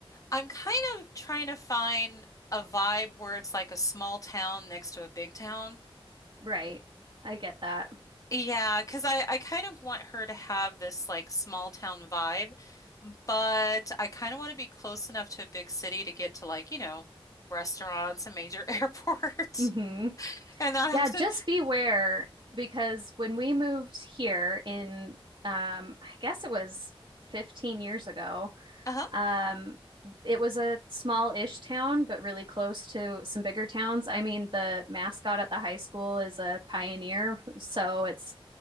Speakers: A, on the left; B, on the right.
A: I'm kind of trying to find a vibe where it's like a small town next to a big town.
B: Right. I get that.
A: Yeah, because I, I kind of want her to have this like small town vibe, but I kind of want to be close enough to a big city to get to like, you know, restaurants, a major <laughs> airport,
B: hmm
A: and not have
B: Yeah, just
A: to.
B: beware because when we moved here in, um, I guess it was 15 years ago,
A: Uh-huh.
B: Um, it was a small-ish town, but really close to some bigger towns. I mean, the mascot at the high school is a pioneer, so it's